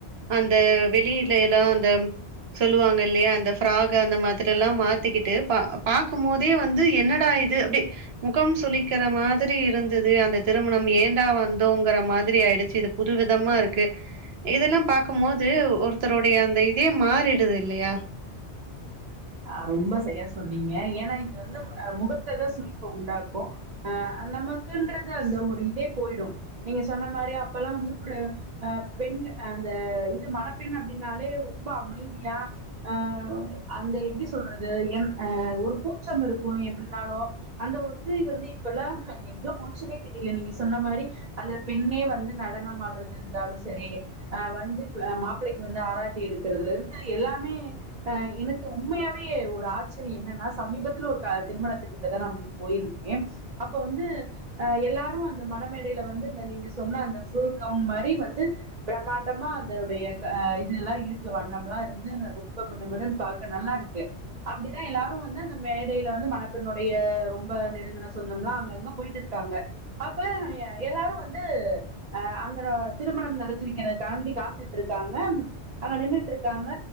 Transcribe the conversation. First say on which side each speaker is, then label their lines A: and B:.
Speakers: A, on the right; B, on the right.
A: அந்த வெளியில எல்லா அந்த சொல்லுவாங்க இல்லையா அந்த ஃப்ராக் அந்த மா திரில்லா மாத்திக்கிட்டு பா பாக்கும் போதே வந்து என்னடா இது அப்டி முகம் சுளிக்கிற மாதிரி இருந்தது அந்த திருமணம் ஏண்டா வந்தோங்கிற மாதிரி ஆயிடுச்சு இது புது விதமா இருக்கு இதுல்லா பாக்குபோது ஒருத்தருடைய அந்த இதே மாறிடுது இல்லயா
B: அ ரொம்ப சையா சொன்னீங்க ஏன்னா இது வந்து முகத்ததா சுளிப்ப உண்டாக்கு அ நமக்குன்றது அந்த ஒரு இதே போயிடு நீங்க சொன்ன மாரி அப்பல்லா வந்து ஒரு அ பெண்னு அந்த இது மணப்பெண் அப்டின்னாலே ரொம்ப அமைதியா அ அந்த எப்டி சொல்றது என் அ ஒரு கூச்சம் இருக்கு எப்பிடின்னாலு அந்த ஒரு இது வந்து இப்பல்லா எங்க போச்சுன்னே தெரியல நீங்க சொன்ன மாரி அந்த பெண்ணே வந்து நடனம் ஆட்றது இருந்தாலு செரி அ வந்து இப்ப மாப்ளைக்கு வந்து ஆராத்தி எடுக்குறதுலேருந்து எல்லாமே அ எனுக்கு உண்மையாவே ஒரு ஆச்சிரிய என்னன்னா சமீபத்துல ஒரு க திருமணத்துக்கிட்டதா நாம் போயிருந்தே அப்ப வந்து அ எல்லாரு அந்த மனமேடையில வந்து இந்த நீங்க சொன்ன அந்த ஃபுல் கவுன் மாரி வந்து பிரம்மாண்டமா அந்த உடைய க இதுல்லா இருக்கு வண்ணம்லா இருந்து ந ரொம்ப மினுமினுன் பாத் க நல்லாருக்கு அப்படிதா எல்லாரு வந்து அந்த மேடையில வந்து மனப்பெண்ணுடைய ரொம்ப நெருங்குன சொந்தம்லா அங்கங்க பொய்ட் இருக்காங்க அப்ப எ எல்லாரு வந்து அ அங்கன திருமணம் நடத்துவிக்கிறதுக்காண்டி காத்துட்ருக்காங்க அங்க நின்னுட்ருக்காங்க